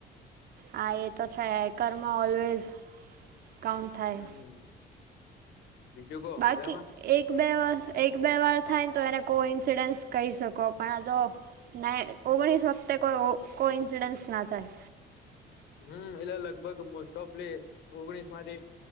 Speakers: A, on the right; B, on the left.
A: હા એ તો છે કર્મ ઓલવેઝ કાઉન્ટ થાય.
B: હમ બીજું કો
A: બાકી?
B: મજામાં
A: એક બે વર્ષ એક બે વાર થાય ને તો એને કો ઇન્સિડન્સ કહી શકો પણ આ તો ના એ ઓગણીસ વખતે કો કો ઈન્સીડેન્સ ના થાય.
B: હમ્મ એટલે લગભગ મોસ્ટોફલી ઓગણીસમાંથી